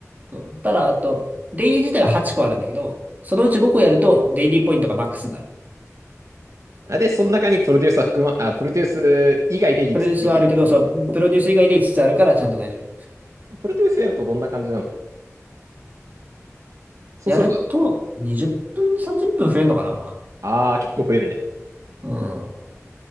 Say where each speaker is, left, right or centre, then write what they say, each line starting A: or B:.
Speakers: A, on the right; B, on the right.
A: そうただ、えっと、デイリー自体は8個あるんだけど、そのうち5個やると、デイリーポイントがマックスになる。
B: あ、で、その中にプロデュースは含ま、あ、プロデュース以外で5つつできると。
A: プロデュースはあるけど、そう、プロデュース以外で5つつあるからちゃんと大丈夫。
B: プロデュースやるとどんな感じなのそうすると、
A: やると、20分、30分増えるのかな
B: あー、結構増えるね。
A: うん。